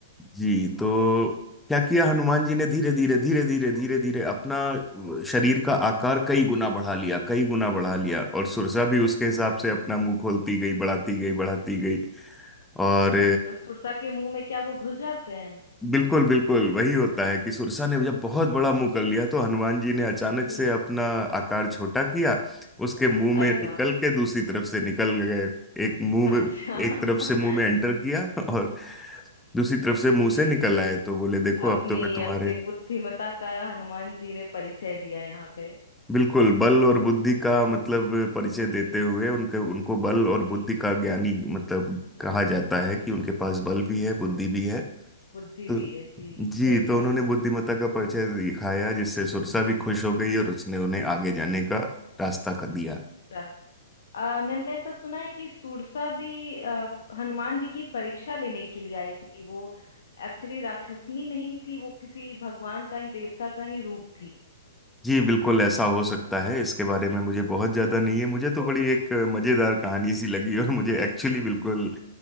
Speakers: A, in the centre; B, on the left.
A: जी तो क्या किया हनुमान जी ने धीरे धीरे धीरे धीरे धीरे धीरे अपना शरीर का आकार कई गुना बढ़ा लिया कई गुना बढ़ा लिया और सुरसा भी उसके हिसाब से अपना मुंह खोलती गई बढ़ाती गई बढ़ाती गई और
B: जी तो सुरसा के मुंह में क्या वो घुस जाते हैं
A: बिल्कुल बिल्कुल वही होता है कि सुरसा ने जब बहुत बड़ा मुंह कर लिया तो हनुमान जी ने अचानक
B: जी
A: से अपना आकार छोटा किया उसके मुंह में
B: अरे
A: निकल
B: वाह
A: के दूसरी तरफ से निकल गए एक मुंह
B: अच्छा
A: में एक
B: <laughs>
A: तरफ से मुंह में एंटर किया और दूसरी तरफ से
B: जी
A: मुंह से निकल
B: जी
A: आए तो बोले देखो
B: अपनी
A: अब तो मैं तुम्हारे
B: अपनी बुद्धिमता का हनुमान जी ने परिचय दिया यहाँ पे
A: बिल्कुल बल और बुद्धि का मतलब परिचय
B: जी
A: देते हुए उनके उनको बल और
B: जी
A: बुद्धि का ज्ञानी मतलब कहा जाता है
B: जी
A: कि उनके पास बल भी है बुद्धि भी है
B: बुद्धि
A: तो
B: भी है जी
A: जी
B: सही
A: तो
B: कहा
A: उन्होंने
B: आपने
A: बुद्धिमत्ता का परिचय दिखाया जिससे सुरसा भी खुश हो गई और उसने उन्हें आगे जाने का रास्ता कर दिया
B: रा- आ, मैंने ऐसा सुना है कि सुरसा भी आ, हनुमान जी की परीक्षा लेने के लिए आई थी वो एक्चुअली राक्षसनी नहीं थी वो किसी भगवान का ही देवता का ही रूप थी
A: जी बिल्कुल ऐसा हो सकता है इसके बारे में मुझे बहुत ज्यादा नहीं है मुझे तो बड़ी एक मजेदार कहानी सी लगी और मुझे एक्चुअली बिल्कुल